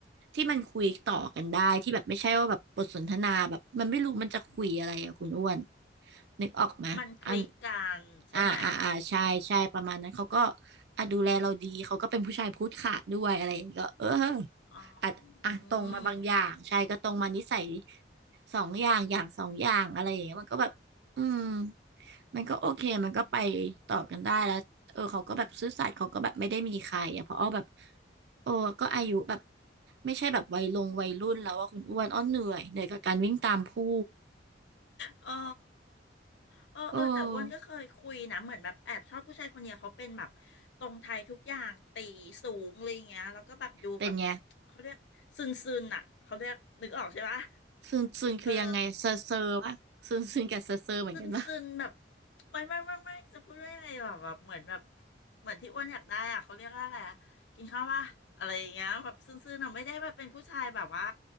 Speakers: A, on the right; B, on the left.
A: ที่มันคุยต่อกันได้ที่แบบไม่ใช่ว่าแบบบทสนทนาแบบมันไม่รู้มันจะคุยอะไรอะคุณอ้วนนึกออกไหมอัน
B: มันคลิกกันใช่ไหม
A: อ่าอ่าอ่าใช่ใช่ประมาณนั้นเขาก็อ่ะดูแลเราดีเขาก็เป็นผู้ชายพูดขาดด้วยอะไรอย่างเงี้ยก็เออ
B: อ๋อ
A: อาจอ่ะตรงมาบางอย่างใช่ก็ตรงมานิสัย
B: อืม
A: สองอย่าง อย่างสองอย่างอะไรอย่างเงี้ยมันก็แบบอืมมันก็โอเค
B: อม
A: มันก็ไปต่อกันได้แล้วเออเขาก็แบบซื่อสัตย์เขาก็แบบไม่ได้มีใครอ่ะเพราะอ้อแบบโอ้ก็อายุแบบไม่ใช่แบบวัยลงวัยรุ่นแล้วว่าคุณอ้วนอ้อเหนื่อยเหนื่อยกับการวิ่งตามผู้
B: อ๋อเออเออแต่อ้วนก็เคยคุยนะ
A: โอ้
B: เหมือนแบบแอบชอบผู้ชายคนเนี้ยเขาเป็นแบบตรงไทยทุกอย่างตีสูงอะไรอย่างเงี้ยแล้วก็แบบดูแบบ
A: เป็นไง
B: เขาเรียกซึนซึนอ่ะเขาเรียกนึกออกใช่ปะ
A: ซึนซึนคือยังไงเซอร์เซอร์ปะซึนซึนกับเซอร์เซอร์เหมือนกันปะ
B: เออ ซึนซึนแบบไม่ไม่ไม่ไม่จะพูดว่ายังไงแบบแบบเหมือนแบบเหมือนที่อ้วนอยากได้อ่ะเขาเรียกว่าอะไรอะกินข้าวป่ะอะไรอย่างเงี้ยแบบซึนซึนอะไม่ได้ว่าเป็นผู้ชายแบบว่า